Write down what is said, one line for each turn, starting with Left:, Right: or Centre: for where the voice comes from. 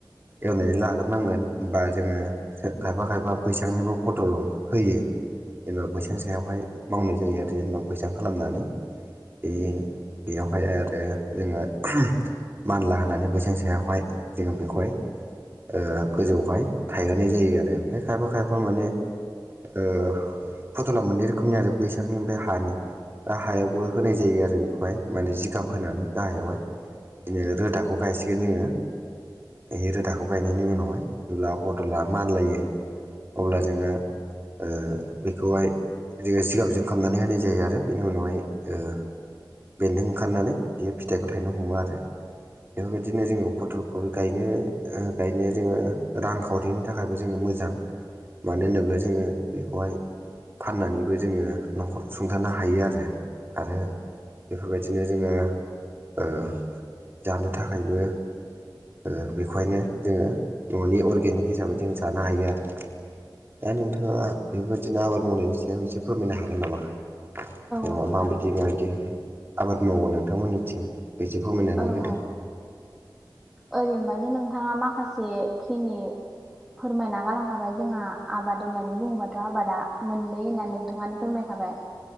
Right: एवनानै लाग्रोनांगोन बा जोङो खायफा खायफा बैसांनिबो फटल होयो जेनेबा बैसां सायावहाय मावनाय जायो आरो जेनेबा बैसां खालामनानै बे बेयावहाय आरो जोङो मानला होनानै बैसां सायावहाय जोङो बेखौहाय ओ गोजौआवहाय थायहोनाय जायो आरो ओमफ्राय खायफा खायफा माने ओ फथला मोननै रोखोमनि आरो बैसांनि ओमफ्राय हानि दा हायावबो होनाय जायो आरो बेखौहाय माने जिगाब होनानै गाहायावहाय बिदिनो रोदाखौ गायसिगोन जोङो बे रोदाखौ गायनायनि उनावहाय जेब्ला पटला मानलायो अब्ला जोङो ओ बेखौहाय जोङो जिगाबजों खालामनानै होनाय जायो आरो बेनि उनावहाय ओ बेन्दों ओंखारनानै बियो फिथाइखौ थायनो हमो आरो बेफोरबायदिनो जोङो फटलखौ गायनो ओ गायनायनो जोङो रांखौ सावरिनि थाखायबो जोङो मोजां मानो होनोब्ला जोङो बेखौहाय फाननानैबो जोङो न'खर सुंथानो हायो आरो आरो बेफोरबायदिनो जोङो ओ जानो थाखायबो ओ बेखौहायनो जोङो न'नि अर्गेनिक हिसाबै जों जानो हायो आरो दा नोंथाङा बेफोर बिदिनो आबाद मावनायनि सायाव एसे फोरमायनो हागोन नामा जेनेबा
Centre: औ
Right: माबायदि
Centre: हागोन
Right: माब बिदि आबाद मावो नोंथांमोननिथिं बेसे फोरमायनानै
Centre: औ
Right: होदो
Centre: औ ओरैनोबाथ' नोंथाङा माखासे खिनि फोरमायना गालांखाबाय जोंहा आबाद होननानै बुङोबाथ' आबादा मोननै होननानै नोंथाङानो फोरमायखाबाय